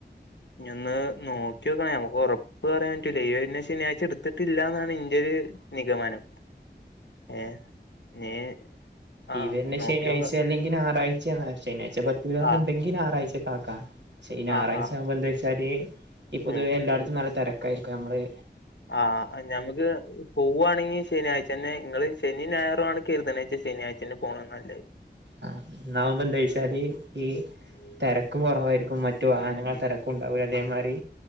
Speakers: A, on the left (about 80°); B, on the right (about 80°).
A: ഇഞൊന്ന് നോക്കി വെക്കണേ ഞമ്മക്കൊറപ്പ് പ്പ് പറയാൻറ്റൂല ഈ വെരുന്ന ശനിയാഴ്ചെടുത്തിട്ടില്ലാന്നാണ് ഇന്റെ ഒരു നിഗമനം ഏ നീ ആ
B: ഈ വെരുന്ന
A: നോക്കിയോക്ക
B: ശനിയ ആഴ്ചല്ലെ ഞാറാഴ്ചയ ശനാഴ്ച പറ്റൂല്ലാന്ന്ണ്ടെങ്കി
A: ആ
B: ഞാറാഴ്ചക്കാക്കാം പക്ഷെ ഈ ഞായറാഴ്ചാമ്പോ
A: ആ ആ
B: എന്താച്ചാല് ഈ പൊതുവേ
A: ഉം
B: എല്ലായിടത്തും നല്ല തെരക്കായിരിക്കുവമ്മള്
A: ആഹ് ഞമ്മക്ക് പോവുവാണെങ്കി ശനിയാഴ്ചന്നെ ഇങ്ങള് ശനി ഞായറുവാണ് <unintelligible> ശനിയാഴ്ചന്നെ പോണാനല്ലത്
B: ആ എന്നാവുമ്പോ എന്താച്ചാല് ഈ തെരക്കും കൊറവായിരിക്കും മറ്റു വാഹനങ്ങള
A: ഉം ഉം
B: തെര ണ്ടാവതേമാരി